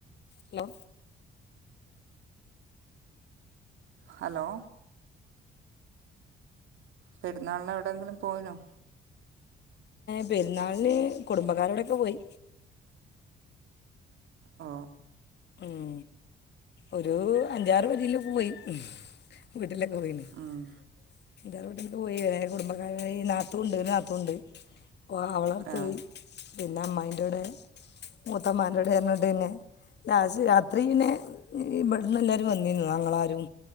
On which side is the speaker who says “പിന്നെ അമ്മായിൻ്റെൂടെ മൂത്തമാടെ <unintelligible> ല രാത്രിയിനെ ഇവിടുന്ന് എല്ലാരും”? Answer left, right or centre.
Left